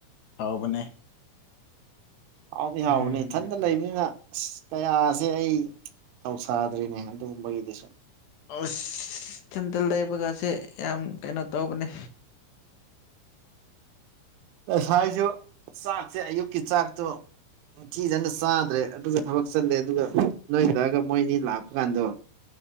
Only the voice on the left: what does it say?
ꯍꯥꯎꯕꯅꯦ
ꯎꯝ
ꯑꯁ ꯏꯊꯟꯇ ꯂꯩꯕꯒꯁꯦ ꯌꯥꯝ ꯀꯩꯅꯣ ꯇꯧꯕꯅꯦ